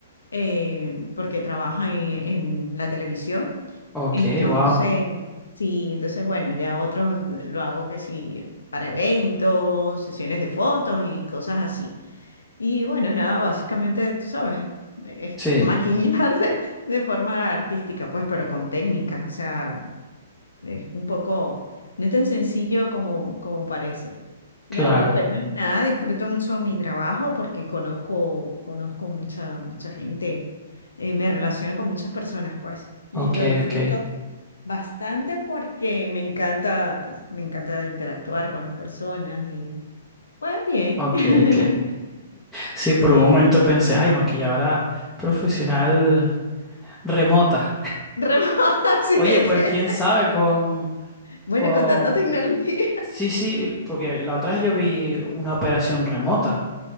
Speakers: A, on the left; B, in the centre.
A: eh, porque trabajan en, en la televisión.
B: Ok,
A: Entonces,
B: wow.
A: sí, entonces bueno, ya otros eh, lo hago que sí, para eventos, sesiones de fotos y cosas así. Y bueno, nada, básicamente, tú sabes, es
B: Sí,
A: maquillar <laughs> de, de forma artística, pues, pero con técnicas, o sea, es un poco, no es tan sencillo como, como parece.
B: claro.
A: Y La verdad, bueno, nada, disfruto mucho mi trabajo porque conozco, conozco mucha, mucha gente, eh, me relaciono con muchas personas, pues,
B: Ok,
A: y lo disfruto
B: ok.
A: bastante porque me encanta, me encanta interactuar con las personas y, pues, bien.
B: Ok,
A: <laughs>
B: ok. Sí, por
A: Sí.
B: un momento pensé, ay, maquilladora profesional remota.
A: Remoto, <laughs>
B: Oye,
A: así es
B: pues
A: que,
B: quién sabe con,
A: bueno,
B: con...
A: con tanta tecnología.
B: Sí, sí, porque la otra vez yo vi una operación remota,